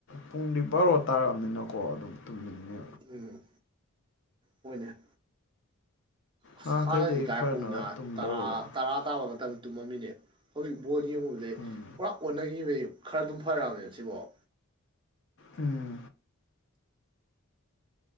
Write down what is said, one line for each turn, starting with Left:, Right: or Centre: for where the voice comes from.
Left: ꯄꯨꯡꯗꯤ ꯕꯥꯔꯣ ꯇꯥꯔꯛꯑꯝꯅꯤꯅꯀꯣ ꯑꯗꯨꯝ ꯇꯨꯝꯅꯤꯡꯅꯦ
Right: ꯎꯝ ꯍꯣꯏꯅꯦ ꯑꯁ
Left: ꯅꯍꯥꯟꯈꯩꯗꯒꯤ
Right: ꯍꯥꯟꯅꯗꯤꯀꯥꯏ
Left: ꯐꯅꯕ
Right: ꯄꯨꯡꯅ
Left: ꯇꯨꯝꯗꯕꯒ
Right: ꯇꯔ ꯇꯔꯥ ꯇꯥꯕ ꯃꯇꯝ ꯇꯨꯝꯃꯝꯃꯤꯅꯦ ꯍꯧꯖꯤꯛ ꯕꯣꯜ ꯌꯦꯡꯉꯨꯕꯗꯩ
Left: ꯎꯝ
Right: ꯄꯨꯔꯥ ꯑꯣꯟꯅꯒꯤꯕꯩ ꯈꯔ ꯑꯗꯨꯝ ꯐꯔꯛꯑꯝꯅꯦꯕ ꯁꯤꯕꯥꯎ
Left: ꯎꯝ